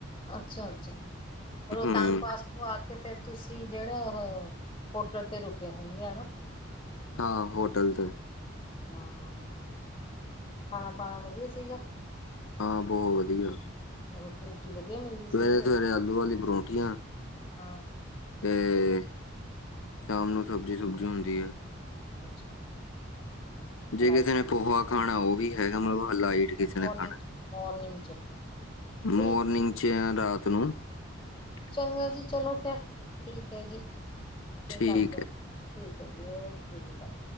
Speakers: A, on the left; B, on the left.
A: ਅੱਛਾ ਅੱਛਾ, ਫੇਰ ਰੋਤਾਂਗ
B: ਹੂੰ
A: ਪਾਸ ਉੱਥੋ ਆ ਕੇ ਫੇਰ ਤੁਸੀ, ਜਿਹੜਾ ਹੋਟਲ ਤੇ ਰੁਕੇ ਹੋਣਗੇ ਹਨਾ।
B: ਹਾਂ ਹੋਟਲ ਤੇ,
A: ਹਾਂ ਖਾਣਾ, ਪਾਉਣਾ ਵਧੀਆ ਸੀਗਾ।
B: ਹਾਂ ਬਹੁਤ ਵਧੀਆ।
A: ਰੋਟੀ, ਰੋਟੀ ਵਧੀਆ ਮਿਲਦੀ? ਸੀਗੀ।
B: ਸਵੇਰੇ -ਸਵੇਰੇ ਆਲੂ ਵਾਲੀ ਪਰੌਂਠੀਆਂ
A: ਹਾਂ।
B: ਤੇ, ਸ਼ਾਮ ਨੂੰ ਸਬਜ਼ੀ ਸੁਬਜ਼ੀ ਹੁੰਦੀ ਹੈ।
A: ਅੱਛਾ।
B: ਜੇ
A: ਰਾਈਸ
B: ਕਿਸੇ ਨੇ ਪੋਹਾ ਖਾਣਾ ਉਹ ਵੀ ਹੈਗਾ, ਮਤਲਬ ਲਾਈਟ ਕਿਸੇ
A: ਮੋਰਨਿੰਗ
B: ਨੇ ਖਾਣਾ।
A: ਚ ਮੋਰਨਿੰਗ 'ਚ ਠੀਕ
B: ਮੋਰਨਿੰਗ 'ਚ ਯਾ ਰਾਤ ਨੂੰ।
A: ਚੰਗਾ ਜੀ ਚਲੋ ਫੇਰ, ਠੀਕ ਹੈ ਜੀ,
B: ਠੀਕ
A: ਫੇਰ ਕਰਦੇ
B: ਹੈ।
A: ਹਾਂ ਠੀਕ ਹੈ ਜੀ, ਓਕੇ ਜੀ, ਬਾਏ।